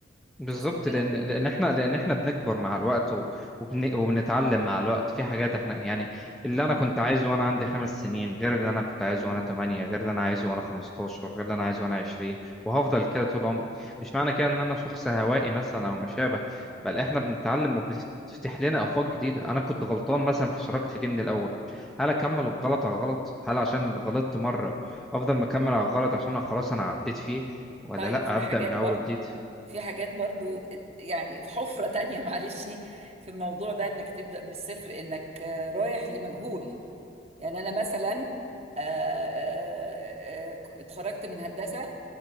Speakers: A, in the centre; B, on the right (about 35°).
A: بالظبط
B: تقصد كده؟
A: لان لان احنا لان احنا بنكبر مع الوقت و- وبن... وبنتعلم مع الوقت في حاجات احنا يعني اللي انا كنت عايزه وانا عندي خمس سنين غير اللي انا كنت عايزه وانا تمانية غير اللي انا عايزه وانا 15 غير اللي انا عايزه وانا 20 وهفضل كده طول عمري مش معنى كده ان انا شخص هوائي مثلا او ما شابه بل احنا بنتعلم وبتفتح لنا افاق جديده انا كنت غلطان مثلا في شراكتي دي من الاول هل اكمل الغلط على غلط هل عشان غلطت مره افضل مكمل على الغلط عشان أنا خلاص انا عديت فيه ولا
B: طيب
A: لا
B: في
A: ابدا
B: حاجات
A: من اول
B: برضو
A: وجديد
B: في حاجات برضو ات- يعني في حفرة تانية <laughs> معلش في الموضوع ده انك تبدأ من الصفر انك آه، رايح لمجهول يعني انا مثلا آه، آه، آه، ك- اتخرجت من هندسة